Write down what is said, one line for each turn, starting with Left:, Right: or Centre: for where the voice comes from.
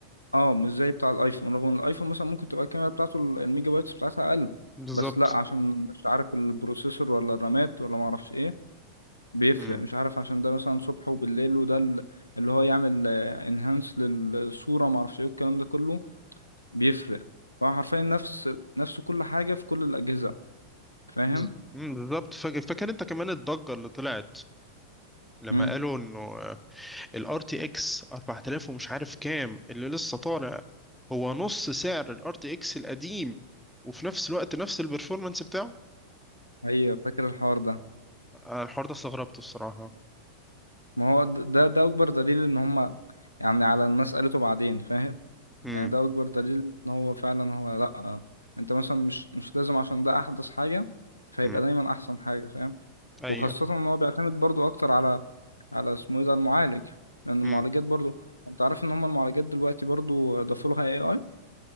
Left: اه مش زي بتاع الايفون رغم ان الايفون مثلا ممكن تبقى الكاميرا بتاعته ال- الميجا بايتس بتاعتها اقل
Centre: بالظبط
Left: بس لا عشان مش عارف البروسيسور ولا الرامات ولا ما اعرفش ايه بيفرق
Centre: امم
Left: مش عارف عشان ده مثلا صبح وبالليل وده ال- اللي هو يعمل انهانس للصورة ما اعرفش ايه الكلام ده كله بيفرق فهو حرفيا نفس نفس كل حاجة في كل الأجهزة فاهم
Centre: بز- مم، بالظبط فا- فاكر انت كمان الضجة اللي طلعت لما
Left: امم
Centre: قالوا انه الار تي اكس 4000 ومش عارف كام اللي لسه طالع هو نص سعر الار تي اكس القديم وفي نفس الوقت نفس البرفورمانس بتاعه
Left: ايوه فاكر الحوار ده
Centre: آه، الحوار ده استغربته الصراحة
Left: ما هو د- ده ده اكبر دليل ان هما يعني على الناس قالته بعدين فاهم
Centre: امم
Left: يعني ده اكبر دليل ان هو فعلا هو لا انت مثلا مش مش لازم عشان ده احدث حاجة فيبقى
Centre: امم
Left: دايما احسن حاجة فاهم
Centre: ايوه
Left: وخاصة ان هو بيعتمد برضو اكتر على على اسمه ايه ده المعالج لان المعالجات
Centre: امم
Left: برضو انت عارف ان هم المعالجات دلوقتي برضو ضافوا لها اي اي